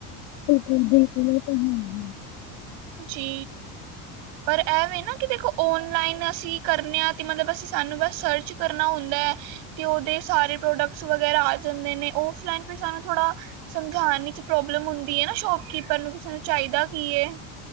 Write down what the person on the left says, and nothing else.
ਬਿਲਕੁਲ-ਬਿਲਕੁਲ, ਇਹ ਤਾਂ ਹੈ ਹੀ।